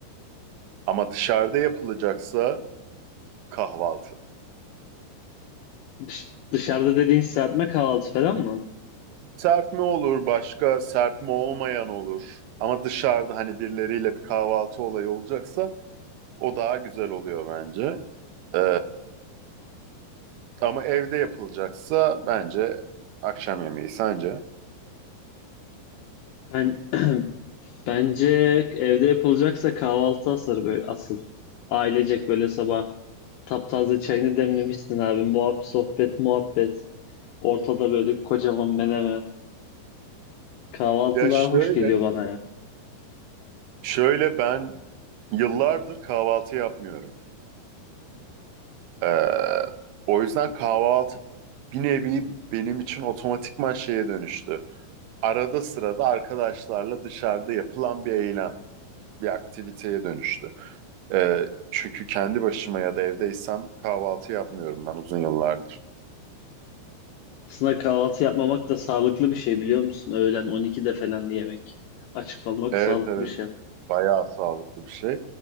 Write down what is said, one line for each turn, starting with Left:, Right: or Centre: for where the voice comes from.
Right: Ama dışarıda yapılacaksa kahvaltı.
Left: Dış- dışarıda dediğin serpme kahvaltı falan mı?
Right: Serpme olur, başka serpme olmayan olur. Ama dışarıda hani birileriyle bir kahvaltı olayı olacaksa o daha güzel oluyor bence. Ee, ama evde yapılacaksa bence akşam yemeği sence?
Left: Ben bence evde yapılacaksa kahvaltı asır böyle asıl. Ailecek böyle sabah taptaze çayını demlemişsin abi. Muhabbet, sohbet, muhabbet. Ortada böyle kocaman menemen. Kahvaltı
Right: Ya şöyle,
Left: daha hoş geliyor bana ya.
Right: şöyle ben yıllardır kahvaltı yapmıyorum. Ee, o yüzden kahvaltı bir nevi benim için otomatikman şeye dönüştü. arada sırada arkadaşlarla dışarıda yapılan bir eylem, bir aktiviteye dönüştü. Ee, çünkü kendi başıma ya da evdeysem kahvaltı yapmıyorum ben uzun yıllardır.
Left: Aslında kahvaltı yapmamak da sağlıklı bir şey biliyor musun? Öğlen 12'de falan yemek. Aç kalmak
Right: Evet
Left: sağlıklı
Right: evet
Left: bir şey.
Right: bayağı sağlıklı bir şey.